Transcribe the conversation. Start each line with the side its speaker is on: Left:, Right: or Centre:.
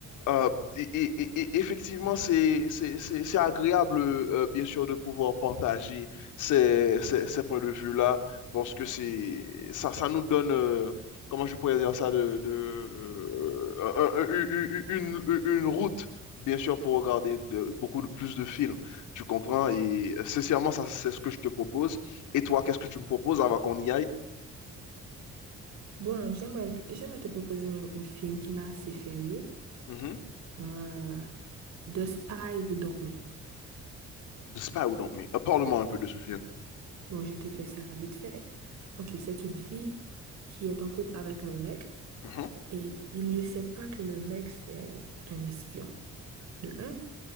Left: Euh, et, et- et- et effectivement, c'est, c'est, c'est- c'est agréable, euh, bien sûr, de pouvoir partager ces, ces- ces points de vue-là, parce que c'est, ça, ça nous donne, euh, comment je pourrais dire ça, de, de, euh, un- un- une, une- une route, bien sûr, pour regarder de- beaucoup de, plus de films. Tu comprends? Et euh, sincèrement, ça, c'est ce que je te propose. Et toi, qu'est-ce que tu me proposes avant qu'on y aille?
Right: Bon, j'aimerais, j'aimerais te proposer un, un film qui m'a assez fait rire.
Left: Mhm.
Right: Euh, The Spy Who Dumped Me.
Left: de Spy Don't Me. Euh, Parle-moi un peu de ce film.
Right: Bon, je te fais ça vite fait. Ok, c'est une fille qui est en couple avec un mec
Left: Mhm.
Right: et il ne sait pas que le mec, c'est un espion, de un.